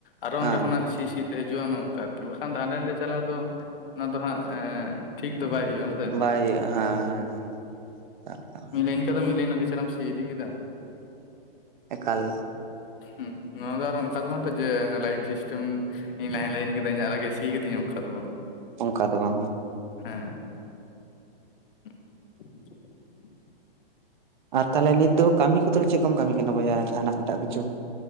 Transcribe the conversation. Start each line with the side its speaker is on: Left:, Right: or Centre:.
Left: ᱟᱨᱚ
Right: ᱦᱮᱸ
Left: ᱚᱸᱰᱮ ᱠᱷᱚᱱᱟᱜ ᱥᱤ ᱥᱤ ᱦᱤᱡᱩᱜᱼᱟ ᱱᱚᱝᱠᱟ ᱟᱨᱠᱤ ᱵᱟᱠᱷᱟᱱ ᱫᱚ ᱦᱟᱰᱮ ᱱᱟᱰᱮ ᱪᱟᱞᱟᱣ ᱫᱚ ᱚᱱᱟ ᱫᱚ ᱦᱟᱸᱜ ᱮ ᱴᱷᱤᱠ ᱫᱚ ᱵᱟᱭ ᱦᱩᱭᱩᱜᱼᱟ᱾ ᱥᱮ
Right: ᱵᱟᱭ ᱦᱩᱭᱩᱜᱼᱟ ᱦᱮᱸ ᱦᱮᱸ
Left: ᱱᱤᱱᱠᱟ ᱫᱚ ᱢᱤᱫ ᱞᱟᱭᱤᱱ ᱟᱹᱰᱤ ᱪᱮᱦᱨᱟᱢ ᱥᱤ ᱤᱫᱤ ᱠᱮᱫᱟ᱾
Right: ᱮᱠᱟᱞ
Left: ᱦᱩᱸ ᱱᱚᱣᱟ ᱫᱚ ᱟᱨᱚ ᱚᱱᱠᱟ ᱫᱚ ᱵᱟᱝᱛᱚ ᱡᱮ ᱞᱟᱭᱤᱱ ᱥᱤᱥᱴᱮᱢ ᱤᱧ ᱞᱟᱦᱟᱸᱧ ᱞᱟᱭᱤᱤᱱ ᱠᱮᱫᱟ ᱤᱧ ᱟᱜᱮ ᱥᱤ ᱠᱟᱛᱤᱧᱟ ᱚᱱᱠᱟ ᱫᱚ ᱵᱟᱝ
Right: ᱚᱱᱠᱟ ᱫᱚ ᱵᱟᱝ
Left: ᱦᱮᱸ <inaudible>
Right: ᱟᱨ ᱛᱟᱦᱚᱞᱮ ᱱᱤᱛ ᱫᱚ ᱠᱟᱹᱢᱤ ᱠᱚᱫᱚ ᱪᱮᱫ ᱠᱚᱢ ᱠᱟᱹᱢᱤ ᱠᱟᱱᱟ ᱵᱚᱭᱦᱟ ᱡᱟᱦᱟᱱᱟᱜ ᱮᱴᱟᱜ ᱠᱤᱪᱷᱩ